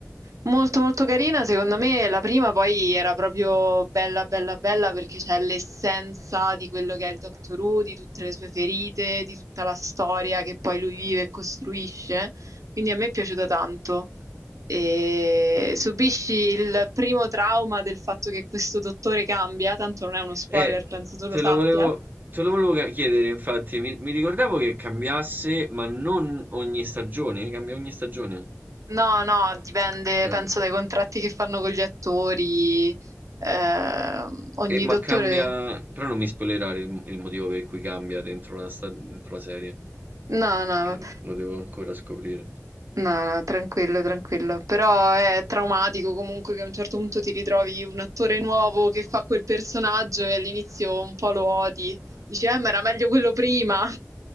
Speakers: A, on the right; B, on the right.
A: Molto molto carina, secondo me la prima poi era proprio bella bella bella perché c'è l'essenza di quello che è il Doctor Who, di tutte le sue ferite, di tutta la storia che poi lui vive e costruisce, quindi a me è piaciuta tanto. E subisci il primo trauma del fatto che questo dottore cambia, tanto non è uno spoiler,
B: Eh,
A: penso tu lo
B: te
A: sappia.
B: lo volevo, te lo volevo ca- chiedere, infatti, mi, mi ricordavo che cambiasse, ma non ogni stagione, cambia ogni stagione.
A: No, no, dipende,
B: Eh,
A: penso dai contratti che fanno con gli attori. ehm, ogni
B: e- ma
A: dottore.
B: cambia, però non mi spoilerare il, il motivo per cui cambia dentro la, sta- dentro la serie,
A: No, no,
B: che lo devo ancora scoprire.
A: no, no, tranquillo, tranquillo. Però è traumatico comunque che a un certo punto ti ritrovi un attore nuovo che fa quel personaggio e all'inizio un po' lo odi. Dici, eh, ma era meglio quello prima.